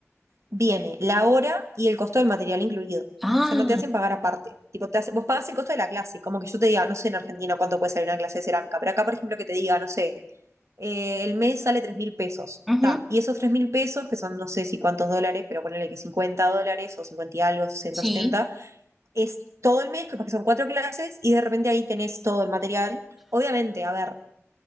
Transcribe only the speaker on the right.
viene la hora y el costo del material incluido. O
sea, no te hacen pagar aparte. Tipo, te hace- vos pagas el costo de la clase. Como que yo te diga, no sé en Argentina cuánto puede salir una clase de cerámica, pero acá, por ejemplo, que te diga, no sé, eh, el mes sale tres mil pesos.
Ta, y esos tres mil pesos, que son no sé si cuántos dólares, pero ponele que 50 dólares o 50 y algo, 60,
70 es todo el mes, capaz que son cuatro clases y de repente ahí tenés todo el material. Obviamente, a ver,